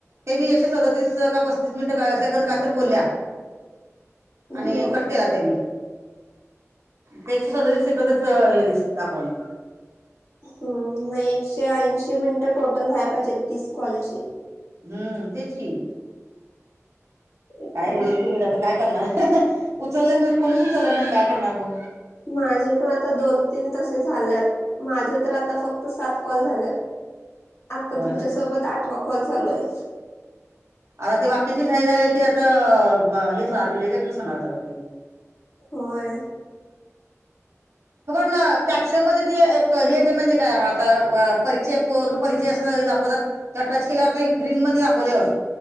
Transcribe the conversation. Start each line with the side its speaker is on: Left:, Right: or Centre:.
Right: ते बी एकशे सदौतीस का पस्तीस मिनटं काय सेकंद काही तरी बोलल्या आणि
Left: यो
Right: कट केला त्यांनी. ते एकशे सदौतीस सेकंदच दाखवले.
Left: हम्म नाही एकशे ऐंशी मिनिटं टोटल व्हाय पाहिजेत तीस कॉलची.
Right: हम्म तेच की.
Left: रेकॉर्डिंग
Right: काय होईल ती वर आता काय करणार उचललंच नाही कोणीच उचललं नाही काय करणार मग.
Left: माझे पण आता दोन-तीन तसे झाल्यात. माझं तर आता फक्त सात कॉल झाल्यात. आता
Right: होय
Left: तुमच्यासोबत
Right: ना
Left: आठवा कॉल चालू आहे.
Right: आता ते बाकीची <unintelligible> ते आता अ ब हेच मारती रिजेक्टच होणार सगळं ती.
Left: होय.
Right: तो पणं कॅप्शन मध्ये ते एक हे ते म्हणजे काय आता व परिचय पूर्ण परिचय असं हे दाखवतात. त्या टच केल्यावर ते ग्रीन मध्ये दाखवल्या हो.